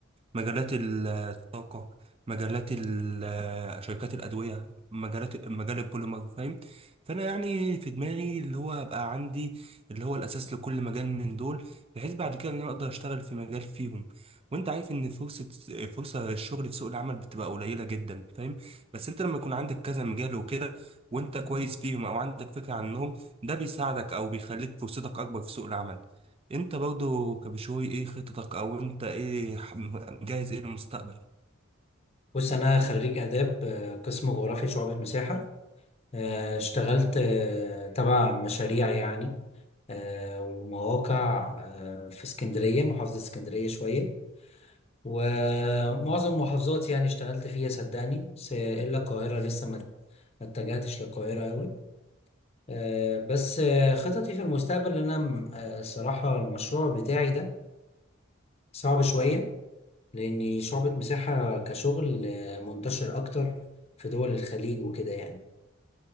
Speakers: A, on the right; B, on the left.
A: مجالات الطاقة مجالات ال- شركات الأدوية مجالات مجال البوليمر فاهم فأنا يعني في دماغي اللي هو أبقى عندي اللي هو الأساس لكل مجال من دول بحيث بعد كده إن أنا أقدر أشتغل في مجال فيهم وانت عارف ان فرصة فرصة الشغل في سوق العمل بتبقى قليلة جدا فاهم بس انت لما يكون عندك كذا مجال وكده وانت كويس فيهم او عندك فكرة عنهم ده بيساعدك او بيخليك فرصتك اكبر في سوق العمل انت برضو كبشوي ايه خططك او انت ايه ح- مجهز ايه للمستقبل
B: بص انا خريج اداب آه، قسم جغرافيا شعبة مساحة آه، اشتغلت آه، تبع مشاريع يعني آه، ومواقع آه، في اسكندرية محافظة اسكندرية شوية ومعظم المحافظات يعني اشتغلت فيها صدقني بس الا القاهرة لسه ما ما اتجهتش للقاهرة قوي آه، بس آه، خططي في المستقبل ان انا آه، الصراحه المشروع بتاعي ده صعب شويه لاني شعبة مساحه كشغل آه، منتشر اكتر في دول الخليج وكده يعني